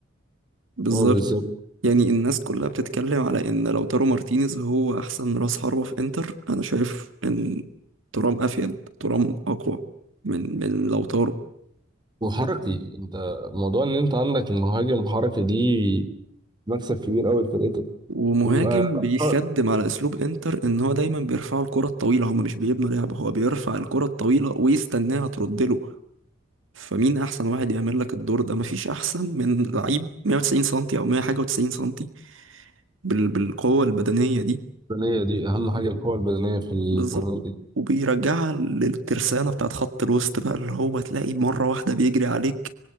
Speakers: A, on the right; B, on the right.
A: بالظبط
B: هو بالظبط
A: يعني الناس كلها بتتكلم على ان لو تارو مارتينيز هو احسن راس حربة في انتر انا شايف ان ترام افيد ترام اقوى من من لو تارو
B: وحركي انت موضوع ان انت عندك مهاجم حركي دي مكسب كبير قوي لفرقتك
A: ومهاجم
B: الم- آه، القوة
A: بيخدم على اسلوب انتر ان هو دايما بيرفعوا الكره الطويله هما مش بيبنوا لعب هو بيرفع الكره الطويله ويستناها ترد له فمين احسن واحد يعمل لك الدور ده مفيش احسن من لعيب 190 سنتي او 100 حاجه و90 سنتي بال... بالقوه البدنيه دي
B: البدنيه دي اهم حاجه القوه البدنيه في التحامات
A: بالظبط وبيرجعها للترسانه بتاعت خط الوسط بقى اللي هو تلاقي مره واحده بيجري عليك